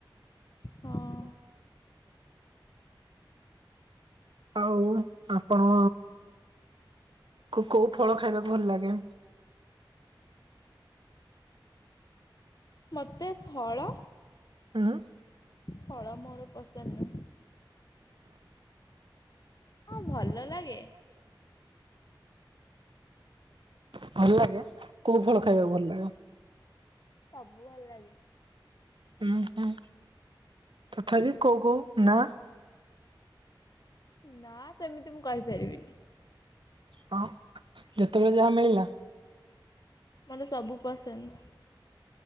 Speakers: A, on the left; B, on the right.
A: ହଁ।
B: ଆଉ ଆପଣ କୋଉ ଫଳ ଖାଇବାକୁ ଭଲ ଲାଗେ?
A: ମତେ ଫଳ
B: ଉଁ
A: ଫଳ ମୋର ପସନ୍ଦ ନୁହେଁ। ହଁ ଭଲ ଲାଗେ।
B: ଭଲ ଲାଗେ କୋଉ ଫଳ ଖାଇବାକୁ ଭଲ ଲାଗେ।
A: ସବୁ ଭଲ ଲାଗେ।
B: ଉଁହୁଁ ତଥାପି କଉ କହୁ ନା।
A: ନା ସେମିତି ମୁଁ କହିପାରିବିନି।
B: ହଁ ଯେତେବେଳେ ଯାହା ମିଳିଲା।
A: ମାନେ ସବୁ ପସନ୍ଦ।